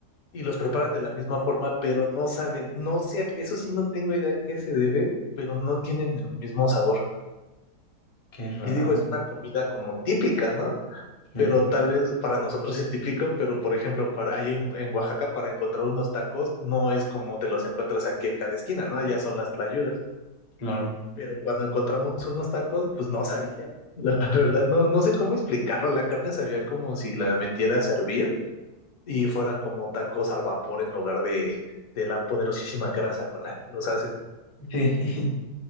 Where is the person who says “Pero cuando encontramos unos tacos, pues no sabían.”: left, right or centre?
Left